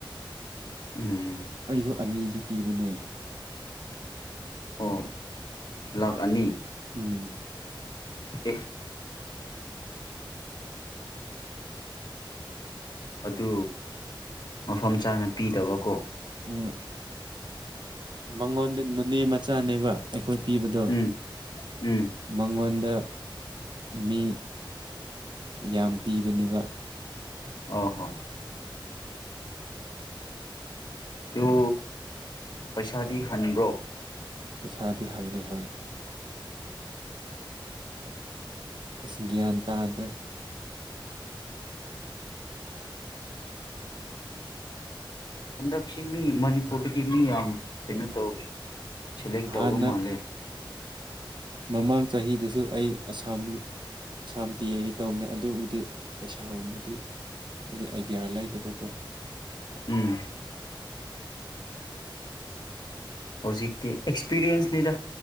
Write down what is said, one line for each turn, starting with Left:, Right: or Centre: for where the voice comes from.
Left: ꯎꯝ ꯎꯝ
Right: ꯑꯁꯨ ꯑꯅꯤꯗꯤ ꯄꯤꯕꯅꯦ
Left: ꯑꯣ ꯂꯥꯛ ꯑꯅꯤ
Right: ꯎꯝ
Left: ꯑꯦ ꯑꯗꯨ ꯃꯐꯝ ꯆꯥꯅ ꯄꯤꯗꯕꯀꯣ
Right: ꯎꯝ ꯃꯉꯣꯟꯗ ꯅꯣꯅꯦ ꯃꯆꯥꯅꯦꯕ ꯈꯨꯨꯠꯄꯤꯕꯗꯣ
Left: ꯎꯝ ꯎꯝ
Right: ꯃꯉꯣꯟꯗ ꯃꯤ ꯌꯥꯝ ꯄꯤꯕꯅꯦꯕ
Left: ꯑ ꯍꯣ ꯑꯗꯨ ꯄꯩꯁꯥꯗꯤ ꯍꯟꯕ꯭ꯔꯣ
Right: ꯄꯩꯁꯥꯗꯤ ꯍꯜꯂꯦ ꯍꯣꯏ ꯑꯁ ꯒ꯭ꯌꯥꯟ ꯇꯥꯗ꯭ꯔꯦ
Left: ꯍꯟꯗꯛꯁꯤ ꯃꯤ ꯃꯅꯤꯄꯨꯔꯗꯒꯤ ꯃꯤ ꯌꯥꯝ ꯀꯩꯅꯣ ꯇꯧ ꯁꯦꯂꯦꯛ ꯇꯧꯕ
Right: ꯍꯅ
Left: ꯃꯥꯜꯂꯦ
Right: ꯃꯃꯥꯡ ꯆꯍꯤꯗꯁꯨ ꯑꯩ ꯑꯁꯥꯝ ꯑꯁꯥꯝꯗꯤ ꯑꯩꯒꯤ ꯇꯧꯕꯅꯦ ꯑꯗꯨꯕꯨꯗꯤ ꯄꯩꯁꯥ ꯍꯣꯡꯒ ꯑꯩꯈꯣꯏꯒꯤ ꯑꯥꯏꯗꯤꯌꯥ ꯂꯩꯗꯕ ꯀꯣ
Left: ꯎꯝ ꯍꯧꯖꯤꯛꯇꯤ ꯑꯦꯛꯁꯄꯤꯔꯤꯌꯦꯟꯁꯅꯤꯗ